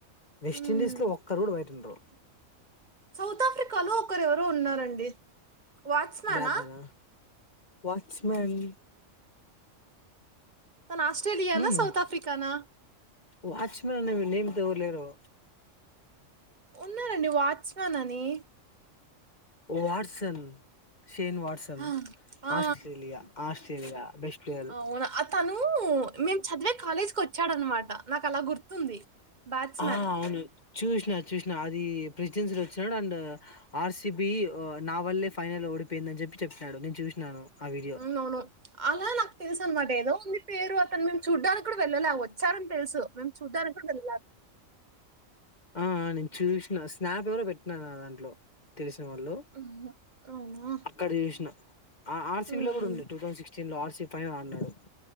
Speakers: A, on the left (about 35°); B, on the right (about 35°).
A: వెస్ట్
B: హ్మ్.
A: ఇండీస్ లో ఒక్కరు కూడా వైట్ ఉండరు
B: సౌత్ ఆఫ్రికాలో ఒకరెవరు ఉన్నారండి వాచ్మెన్
A: బ్లాక్
B: ఆ
A: గాన వాచ్మెన్
B: తను ఆస్ట్రేలియానా?
A: నో నో
B: సౌత్ ఆఫ్రికానా?
A: వాచ్మెన్ నేను దూలేరు
B: ఉన్నారండి వాచ్మెన్ అని
A: వాట్సన్ షేన్ వాట్సన్
B: ఆ ఆ!
A: ఆస్ట్రేలియా ఆస్ట్రేలియా బెస్ట్ ప్లేయల్
B: అవునా ఆ తను మేము చదివే కాలేజ్ కు వచ్చాడు అనమాట నాకు అలా గుర్తుంది బ్యాట్స్మెన్
A: ఆ అవును చూసినా చూసినా అది ప్రెసిడెన్సీలో వచ్చినాడు అండ్ ఆర్సిబి నా వల్లే ఫైనల్ ఓడిపోయిందని చెప్పి చెప్పినడు నేను చూసినాను ఆ వీడియో
B: అవును అవును అలా నాకు తెలుసు అనమాట ఏదో ఉంది పేరు అతను మేము చూడ్డా కుడు వెళ్ళాలే ఆ వచ్చారని తెలుసు మేము చూడానికి కూడా వెళ్లా
A: ఆ నేను చూసినా స్నాప్ ఎవరో పెట్టినారు నా దాంట్లో తెలిసి తే వాళ్ళు
B: మ్మ్. అవునా
A: అక్కడ చేసిన ఆ ఆర్సీబీలో
B: మ్మ్.
A: కూడా ఉండి టూ థౌసండ్ సిక్స్టీన్ లో ఆర్సీబీ ఫైనల్ అడినాడు